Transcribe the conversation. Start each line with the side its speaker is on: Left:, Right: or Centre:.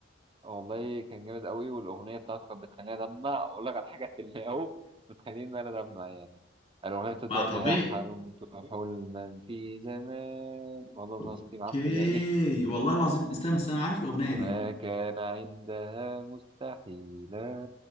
Right: والله كان جامد قوي والأغنية بتاعته كانت بتخليني أدمع أقول لك على حاجة اللي هو بتخليني إن أنا أدمع يعني الأغنية بتبدأ
Left: ما طبيعي
Right: اللي هي حلمت حلما في زمان والله
Left: اوكي
Right: نصيب معفن يعني
Left: والله العظيم استنى استنى عارف الاغنيه
Right: ما
Left: دي
Right: كان عندها مستحيلا